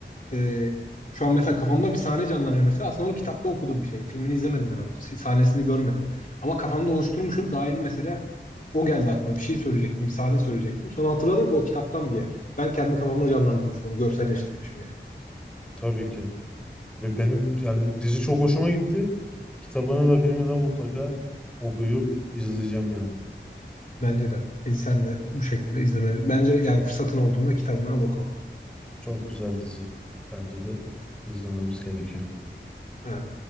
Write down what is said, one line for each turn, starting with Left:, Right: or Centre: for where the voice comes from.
Left: e, şu an mesela kafamda bir sahne canlanıyor mesela. Aslında onu kitapta okuduğum bir şey. Filmini izlemedim ben onu. S- Sahnesini görmedim. Ama kafamda oluşturmuşum. Daha yeni mesela o geldi aklıma. Bir şey söyleyecektim. Bir sahne söyleyecektim. Sonra hatırladım ki o kitaptan bir yer. Ben kendi kafamda canlandırmışım onu. Görselleştirmişim yani.
Centre: tabii ki. Ve benim yani dizi çok hoşuma gitti. Kitabını da filmi de mutlaka okuyup izleyeceğim yani.
Left: Bence de. E, Sen de bu şekilde izlemeli. Bence yani fırsatın olduğunda kitabını al oku.
Centre: Çok güzel dizi. Bence de izlememiz gerekiyor.
Left: Ha.